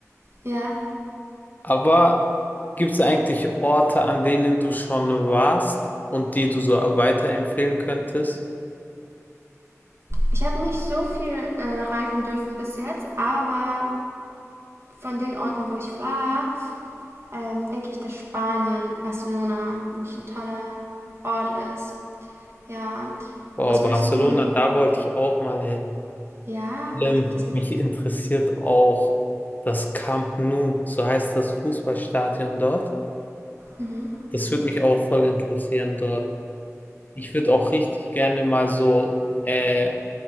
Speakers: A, on the right (about 50°); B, on the left (about 30°).
A: ja.
B: Aber gibt es eigentlich Orte, an denen du schon warst und die du so weiterempfehlen könntest?
A: Ich habe nicht so viel äh, reisen dürfen bis jetzt, aber von den Orten, wo ich war, ähm, denke ich, dass Spanien, Barcelona wirklich ein toller Ort ist. Ja.
B: Boah,
A: Was
B: Barcelona,
A: würdest du,
B: da wollte ich auch mal hin.
A: ja,
B: Vor allem,
A: das,
B: mich interessiert auch das Camp Nou, so heißt das Fußballstadion dort.
A: mhm.
B: Das würde mich auch voll interessieren dort. Ich würde auch richtig gerne mal so äh,